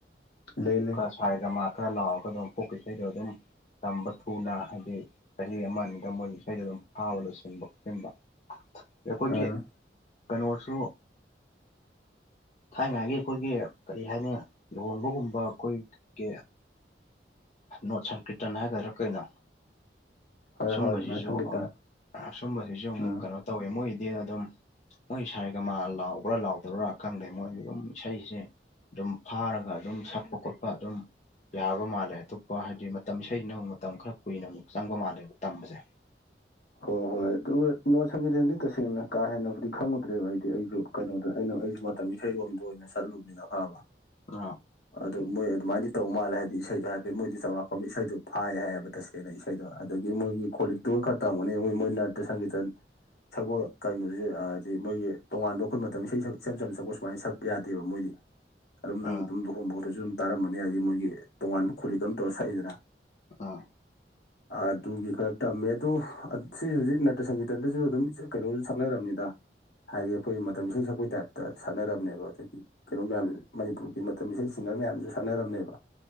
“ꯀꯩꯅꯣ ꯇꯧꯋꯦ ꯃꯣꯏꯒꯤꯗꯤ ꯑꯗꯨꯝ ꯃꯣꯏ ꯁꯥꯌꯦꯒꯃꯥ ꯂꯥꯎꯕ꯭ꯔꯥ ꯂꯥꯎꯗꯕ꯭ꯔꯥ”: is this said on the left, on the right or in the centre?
Left